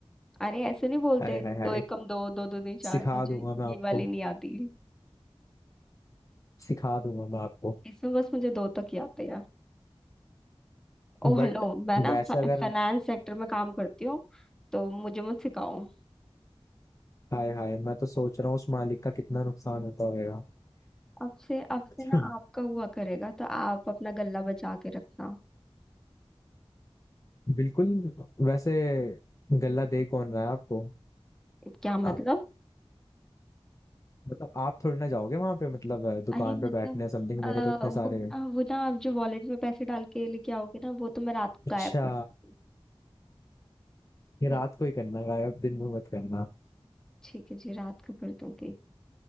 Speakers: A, in the centre; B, on the left.
A: अरे ऐसे नहीं बोलते
B: हाय हाय हाय
A: दो एकम दो दो दो तीन चार
B: सिखा
A: मुझे
B: दूंगा मैं आपको
A: ये वाली नहीं आती
B: सिखा दूंगा मैं आपको
A: इसमें बस मुझे दो तक ही आते ओ
B: बट
A: हेलो मैं ना
B: वैसे
A: फाइनेंस
B: अगर
A: सेक्टर में काम करती हूँ तो मुझे मत सिखाओ
B: हाय हाय मैं तो सोच रहा हूँ उस मालिक का कितना नुकसान होता होगा
A: अब से अब से ना
B: हम्म,
A: आपका हुआ करेगा तो आप अपना गला बचा के रखना
B: बिल्कुल वैसे गल्ला दे कौन रहा है आपको
A: क्या मतलब
B: आप मतलब आप थोड़ी ना जाओगे वहां पे मतलब अ, दुकान
A: अरे मतलब
B: पे बैठने समथिंग
A: अ,
B: मेरे तो इतने
A: वो
B: सारे
A: ना वो ना आप जो वॉलेट में पैसे डाल के लेके आओगे ना वो तो मैं रात को
B: अच्छा
A: गायब कर दूंगी
B: ये रात
A: हम्म,
B: को ही करना है, गायब दिन में मत करना
A: ठीक है जी रात को कर दूंगी